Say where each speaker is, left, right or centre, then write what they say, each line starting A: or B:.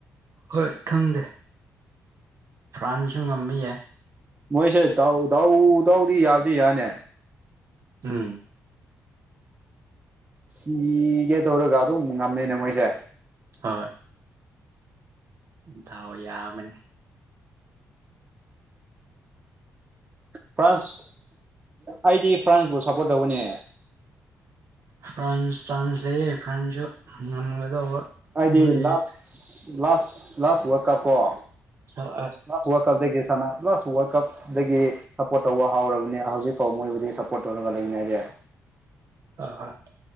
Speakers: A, on the right (about 60°); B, on the right (about 25°).
A: ꯍꯣꯏ ꯈꯪꯗꯦ ꯐ꯭ꯔꯥꯟꯁꯨ ꯉꯝꯕ ꯌꯥꯏ
B: ꯃꯣꯏꯁꯦ ꯗꯥꯎ ꯗꯥꯎ ꯗꯥꯎꯗꯤ ꯌꯥꯕꯗꯤ ꯌꯥꯅꯦ
A: ꯎꯝ
B: ꯁꯤꯒꯦ ꯇꯧꯔꯒ ꯑꯗꯨꯝ ꯉꯝꯃꯦꯅꯦ ꯃꯣꯏꯁꯦ
A: ꯍꯣꯏ ꯗꯥꯎ ꯌꯥꯕꯅꯤ
B: ꯐ꯭ꯥꯁ ꯑꯩꯗꯤ ꯐ꯭ꯔꯥꯟꯁꯄꯨ ꯁꯞꯄꯣꯔꯠ ꯇꯧꯕꯅꯦ
A: ꯐ꯭ꯔꯥꯟꯁ ꯆꯥꯟꯁ ꯂꯩꯌꯦ ꯐ꯭ꯔꯥꯟꯖꯨ ꯉꯝꯒꯗꯧꯕ
B: ꯍꯥꯏꯗꯤ
A: ꯃꯣꯏ ꯍꯣꯏ
B: ꯂꯥꯁ ꯂꯥꯁ ꯂꯥꯁ ꯋꯥꯔꯜꯗ ꯀꯞ ꯀꯣꯥ
A: ꯍꯣꯏ
B: ꯋꯥꯔꯜ ꯀꯞꯇꯒꯤ ꯁꯥꯟꯅ ꯄ꯭ꯂꯁ ꯋꯥꯔꯜꯗ ꯀꯞꯇꯗꯒꯤ ꯁꯞꯄꯣꯔꯠ ꯇꯧꯕ ꯍꯧꯔꯕꯅꯤ ꯍꯧꯖꯤꯛ ꯍꯣ ꯃꯣꯏꯕꯨꯗꯤ ꯁꯞꯄꯣꯔꯠ ꯇꯧꯔꯒ ꯂꯩꯅꯤ ꯑꯩꯗꯤ
A: ꯑ ꯍꯣꯏ